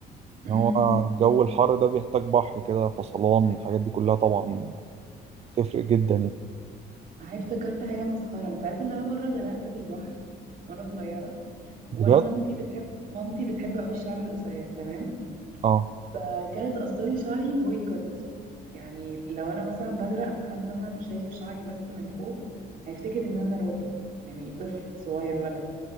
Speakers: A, on the right; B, on the right.
A: امم
B: ان هو جو الحر ده بيحتاج بحر كده فصلان الحاجات دي كلها طبعا تفرق جدا يعني
A: هاي افتكرت حاجه مسخره انت عارف ان انا مره غرقت في البحر وانا صغيره وانا
B: بجد
A: مامتي بتحب مامتي بتحب قوي الشعر القصير تمام
B: اه
A: آه، كانت قصري شعري بويكوت يعني لو انا مثلا بغرق فحد مثلا شايف شعري بس من فوق هيفتكر ان انا راجل يعني طفل صغير ولد